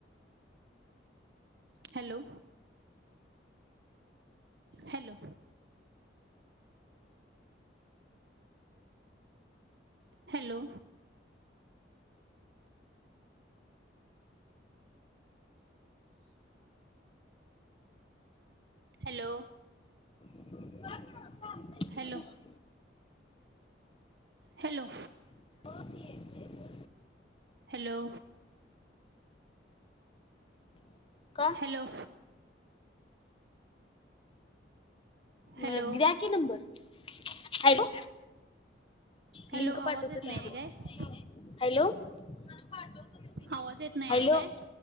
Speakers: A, on the right; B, on the left.
A: hello. Hello. Hello. Hello.
B: <inaudible>
A: Hello.
B: हो
A: हॅलो.
B: <inaudible>
A: हॅलो.
B: <unintelligible> का?
A: हॅलो. हॅलो
B: म द्या की नंबर हॅलो
A: हॅलो
B: लिंक
A: आवाज
B: पाठवत
A: येत नाही
B: त्यावर,
A: आहे काय
B: हॅलो. तु मला पाठव
A: आवाज येत नाही
B: हॅलो
A: आहे काय